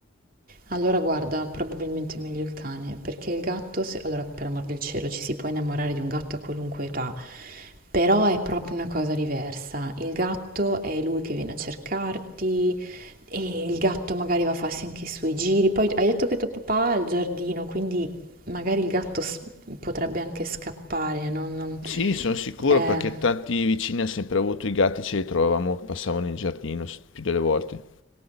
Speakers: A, on the right; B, on the left.
A: Allora guarda, probabilmente è meglio il cane, perché il gatto, se- allora per amor del cielo, ci si può innamorare di un gatto a qualunque età, però è proprio una cosa diversa. Il gatto è lui che viene a cercarti e il gatto magari va a farsi anche i suoi giri. Poi hai detto che tuo papà ha il giardino, quindi magari il gatto s- potrebbe anche scappare, non, non-
B: Sì, sono sicuro
A: eh.
B: perché tanti vicini hanno sempre avuto i gatti, ce li trovavamo, passavano in giardino s- più delle volte.